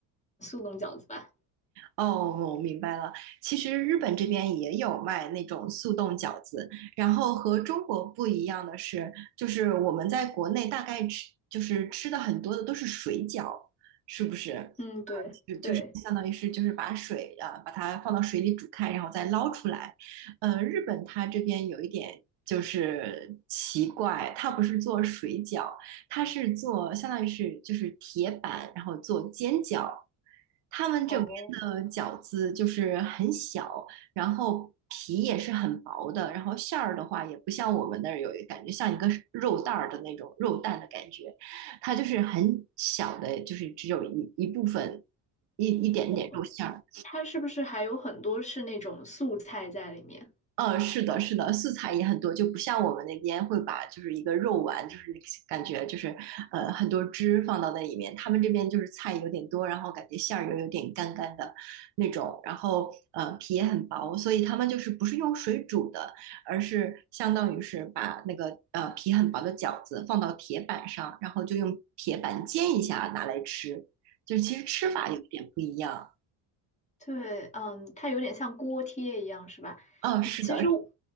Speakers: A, on the left; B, on the right.
A: 速冻饺子吧。
B: 哦，我明白了。其实日本这边也有卖那种速冻饺子，然后和中国不一样的是，就是我们在国内大概吃，就是吃的很多的都是水饺，是不是？啊
A: 嗯，对对，
B: 就就是相当于是就是把水啊，把它放到水里煮开，然后再捞出来。呃，日本它这边有一点就是奇怪，它不是做水饺，他是做相当于是就是铁板，然后做煎饺。他们这边的饺子就是很小，
A: 哦，
B: 然后皮也是很薄的，然后馅儿的话也不像我们那儿有感觉像一个肉蛋儿的那种肉蛋的感觉，它就是很小的，就是只有一一部分一一点点肉馅儿。
A: 我我它是不是还有很多是那种素菜在里面？
B: 嗯，是的，是的，素菜也很多，就不像我们那边会把就是一个肉丸，就是感觉就是呃很多汁放到那里面，他们这边就是菜有点多，然后感觉馅儿又有点干干的那种，然后呃皮也很薄，所以他们就是不是用水煮的，而是相当于是把那个呃皮很薄的饺子放到铁板上，然后就用铁板煎一下拿来吃，就是其实吃法有点不一样。
A: 对，嗯，它有点像锅贴一样，是吧？
B: 嗯，是的，
A: 嗯其实我